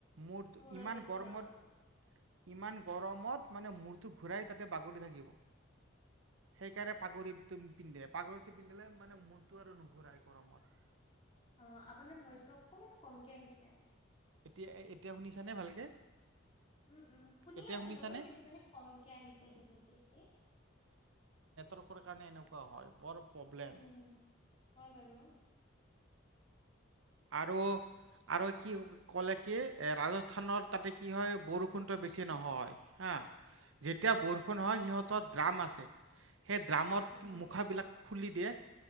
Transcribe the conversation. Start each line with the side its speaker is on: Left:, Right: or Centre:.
Right: মোৰ
Left: মূৰত
Right: ইমান
Left: বেছি
Right: গৰমত
Left: গৰম পৰিব
Right: ইমান গৰমত মানে মূৰটো ঘূৰাই তাতে বাগৰি থাকিম সেইকাৰণে পাগৰিটো পিন্ধে পাগৰিটো পিন্ধিলে মানে মটো আৰু নুঘূৰাই গৰমত
Left: অ আপোনাৰ ভইচটো অকমান কমকে আহিছে
Right: এতিয়া এতিয়া শুনিছানে ভালকে
Left: উম উম শুনি
Right: এতিয়া
Left: আছো
Right: শুনিছানে?
Left: বাৰু কিন্তু মনে কমকে আহিছে বহুত বেছি
Right: সকলো কাৰণে এনেকুৱা হয়, বৰ প্ৰব্লেম।
Left: উম হয় বাৰু।
Right: আৰু আৰু কি ক'লে কি এ ৰাজস্থানৰ তাতে কি হয় বৰষুণত বেছি নহয় হা যেতিয়া বৰষুণ হয় সিহঁত দ্ৰাম আছে সেই ড্ৰামৰ
Left: উম।
Right: মুখাবিলাক খুলি দিয়ে